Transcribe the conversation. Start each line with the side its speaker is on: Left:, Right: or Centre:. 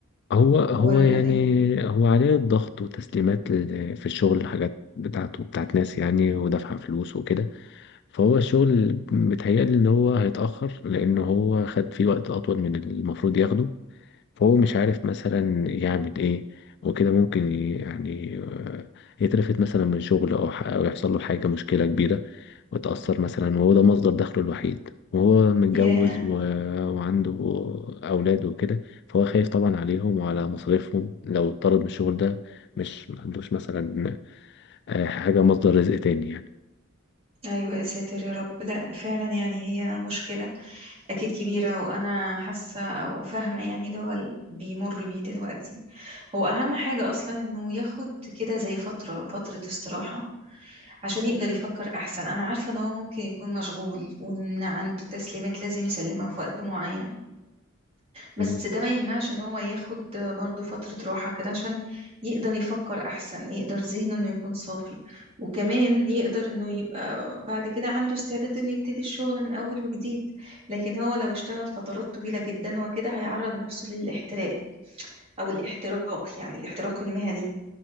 Left: هو هو
Right: ولا
Left: يعني
Right: ايه
Left: هو عليه الضغط وتسليمات ل- في الشغل حاجات بتاعته بتاعت ناس يعني ودافعة فلوس وكده فهو الشغل متهيألي إن هو هيتأخر لأن هو خد فيه وقت أطول من المفروض ياخده فهو مش عارف مثلا يعمل ايه وكده ممكن ي- يعني آه، يترفد مثلا من شغل او ح- أو يحصل له حاجة مشكلة كبيرة وتأثر مثلا وهو ده مصدر دخله الوحيد وهو متجوز
Right: ياه
Left: و... وعنده أولاد وكده فهو خايف طبعا عليهم وعلى مصاريفهم لو اتطرد من الشغل ده مش ما عندوش مثلا آه، حاجة مصدر رزق تاني يعني
Right: ايوه يا ساتر يا رب لا فعلا يعني هي مشكلة اكيد كبيرة وانا حاسة او فاهمة يعني اللي هو ال- بيمر بيه دلوقتي هو اهم حاجة اصلا انه ياخد كده زي فترة فترة استراحة عشان يقدر يفكر احسن انا عارفة ان هو ممكن يكون مشغول وان عنده تسليمات لازم يسلمها في وقت معين بس
Left: مم.
Right: ده ما يمنعش ان هو ياخد برضو فترة راحة كده عشان يقدر يفكر احسن يقدر ذهنه انه يكون صافي وكمان يقدر انه يبقى بعد كده عنده استعداد انه يبتدي الشغل من اول وجديد لكن هو لو اشتغل فترات طويلة جدا هو كده هيعرض نفسه للاحتراق او الاحتراق يعني الاحتراق المهني